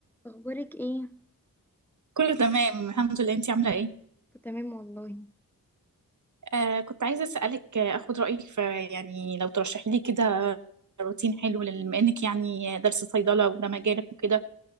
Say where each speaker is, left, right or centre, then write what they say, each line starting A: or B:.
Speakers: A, in the centre; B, on the right.
A: اخبارك ايه
B: كله تمام الحمد لله انتي عاملة ايه
A: تمام والله
B: آه كنت عايزة اسألك آه، اخد رأيك في يعني لو ترشحي لي كده روتين حلو بما انك يعني درس صيدلة وده مجالك وكده